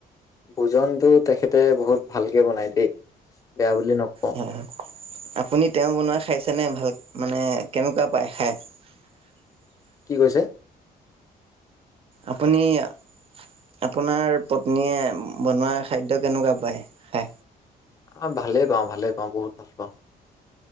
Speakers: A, on the left; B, on the right.
A: ভোজনতো তেখেতে বহুত ভালকে বনাই দেই বেয়া বুলি নকও
B: হয় আপুনি তেওঁ বনোৱা খাইছেনে ভাল মানে কেনেকোৱা পায় খায়? <unintelligible>
A: কি কৈছে?
B: আপুনি এয়া আপোনাৰ পত্নীয়ে বনোৱা খাদ্য কেনেকোৱা পায়? খাই
A: অ ভালে পাও ভালে পাও বহুত ভাল পাও।